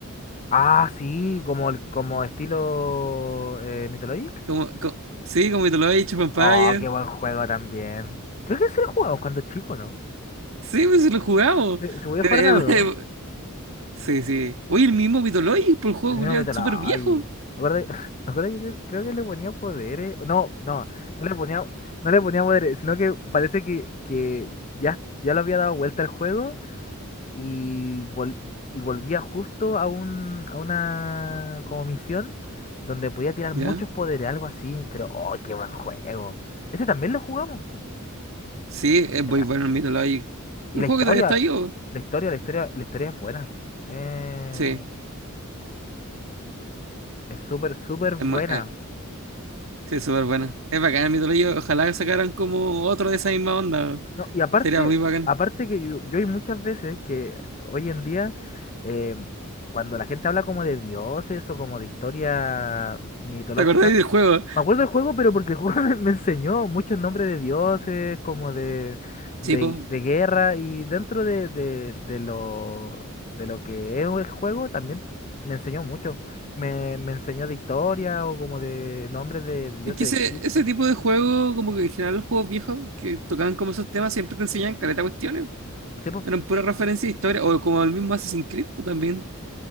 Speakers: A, on the left; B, on the right.
A: Ah, sí, como, el- como estilo eh, Mythologic.
B: Como, co- sí, como te lo he dicho, Empire.
A: Oh, qué buen juego también. Creo que ese lo jugamos cuando chico, ¿no?
B: Sí, pues sí lo jugamos.
A: Se, se voy
B: Eh,
A: a jugar de a dos.
B: eh, <laughs> sí, sí. Oye, el mismo Mythologic, por el juego
A: El mismo
B: culiao,
A: meto
B: súper
A: la.
B: viejo.
A: Ay. Me acuerdo, que- <laughs> me acuerdo que cre- creo que le ponía poderes. No, no, no le ponía, no le ponía poderes, sino que parece que, que ya, ya lo había dado vuelta al juego y, vol- y volvía justo a un, a una como misión donde podía tirar
B: ¿Ya?
A: muchos poderes, algo así. Pero, oh, qué buen juego. Ese también lo jugamos.
B: Sí, es muy
A: ¿no?
B: bueno el Mythologic.
A: Y
B: Un
A: la
B: juego
A: historia,
B: que todavía está vivo.
A: la historia, la historia, la historia es buena. Eh,
B: Sí,
A: es súper, súper buena.
B: es mu- eh, sí, es súper bueno. Es bacán el Mythologic. Ojalá sacaran como otro de esa misma onda.
A: No, y aparte,
B: Sería muy bacán.
A: aparte que yo, yo hay muchas veces que hoy en día, eh, cuando la gente habla como de dioses o como de historia mitológica,
B: ¿Te acordáis del juego?
A: Me acuerdo del juego, pero porque el juego <laughs> me, me enseñó muchos nombres de dioses, como de, de,
B: Sí, pues,
A: de guerra, y dentro de, de, de lo, de lo que es el juego también me enseñó mucho. Me, me enseñó de historia o como de nombres de, de dioses
B: Es que
A: de
B: ese,
A: Egipto.
B: ese tipo de juego, como que en general los juegos viejos que tocaban como esos temas, siempre te enseñan caleta de cuestiones.
A: Sí, pues,
B: Eran pura referencia de historia, o como el mismo Assassin's Creed, o también